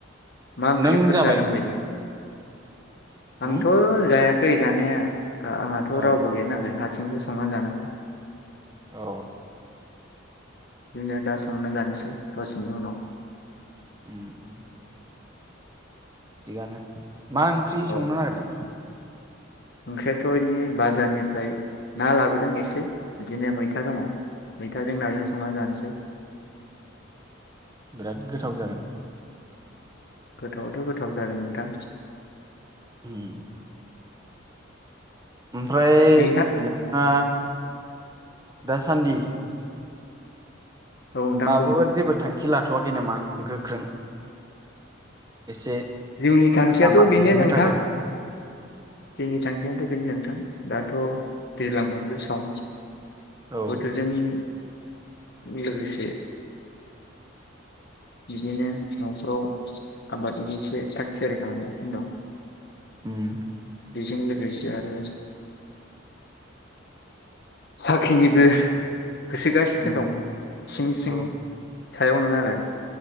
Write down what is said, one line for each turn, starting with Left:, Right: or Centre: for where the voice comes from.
Left: मा ओंख्रिफोर
Right: नों जाबायमोन
Left: जागोन बायदि? आंथ'
Right: उम
Left: जाया खै जानाया। आंहाथ'
Right: ओ
Left: रावबो गैया नालाय हाद सिंसो संना जानांगौ।
Right: औ
Left: बिदिनो दा संना जानोसै दसेनि उनाव।
Right: उम उम थिगानो मा ओंख्रि
Left: औ
Right: संनो नागिरदों?
Left: ओंख्रियाथ' इनि बाजारनिफ्राय ना लाबोदों एसे बिदिनो मैथा दङ। मैथाजों नाजों
Right: अ
Left: संना जानोसै
Right: बिराद गोथाव जागोन।
Left: गोथावआथ' गोथाव जागोन नोंथां।
Right: ओम ओमफ्राय
Left: नोंथां
Right: नोंथाङा दासान्दि
Left: औ नोंथां
Right: माबाफोर
Left: बुं
Right: जेबो थां खि लाथ'वाखै नामा गोख्रों एसे
Left: जिउनि थांखियाथ'
Right: लामा
Left: बेनो
Right: दिहुननो
Left: नोंथां।
Right: थाखाय
Left: जोंनि थांखियानोथ' बेनो नोंथां दाथ' दैज्लां बोथोर सम।
Right: औ
Left: बोथोरजोंनिं लोगोसे इदिनो न'फ्राव आबादनि एसे थाग थियारि खालामगासिनो दं।
Right: उम
Left: बिजों लोगोसे आरो साख्रिनिबो होसोगासिनो
Right: उम
Left: दं सिं सिंनो
Right: औ
Left: सायाव नोङा आरो